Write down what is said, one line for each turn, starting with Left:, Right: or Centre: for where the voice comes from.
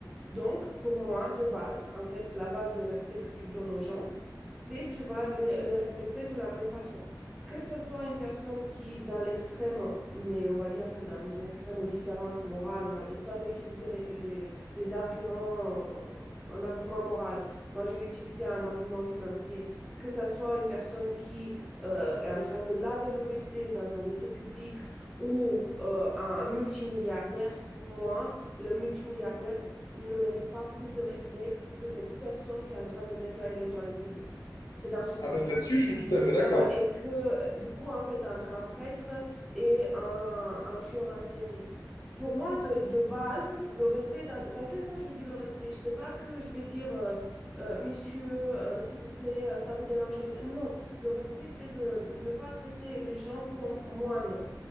Centre: Donc, pour moi, de base, en fait, la base de respect que tu donnes aux gens, c'est tu vas les, les respecter de la même façon. Que ce soit une personne qui, dans l'extrême, mais on va dire que dans une extrême différente morale, on va dire, toi, tu as utilisé les, les, les arguments, euh, un argument moral, moi, je vais utiliser un argument financier. Que ce soit une personne qui euh, est en train de laver le WC dans un WC public ou euh, un multimilliardaire, pour moi, le multimilliardaire ne mérite pas plus de respect que cette personne qui est en train de nettoyer les toilettes publiques. C'est dans ce sens-là.
Left: Ah ben là-dessus, je suis tout à fait d'accord.
Centre: Euh, et que du coup, en fait, entre un prêtre et un, un tueur en série, pour moi, de, de base, le respect, dans, dans quel sens je dis le respect? Je ne sais pas que je vais dire, euh, euh, monsieur, euh, s'il vous plaît, euh, ça vous dérangerait. de- Non, le respect, c'est de ne pas traiter les gens comme moindres,